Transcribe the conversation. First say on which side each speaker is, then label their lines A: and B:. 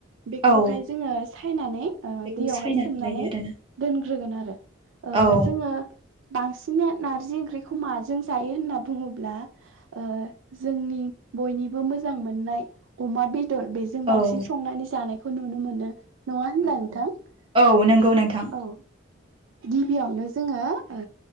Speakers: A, on the right; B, on the right.
A: बेखौहाय
B: औ
A: जोङो सायनानै ओ
B: बेखौ
A: दैयावहाय
B: सायनानै
A: सोमनानै
B: लायो आरोना
A: दोनग्रोगोन आरो। ओ
B: औ
A: जोङो बांसिन नारजि ओंख्रि माजों जायो होनना बुङोब्ला ओ जोंनि बयनिबो बो मोजां मोननाय अमा बेदर बेजों बांसिन
B: औ
A: संनानै जानायखौ नुनो मोनो। नङा होनब्ला
B: औ
A: नोंथां
B: औ औ नंगौ नोंथां
A: औ। गिबियावनो जोङो ओ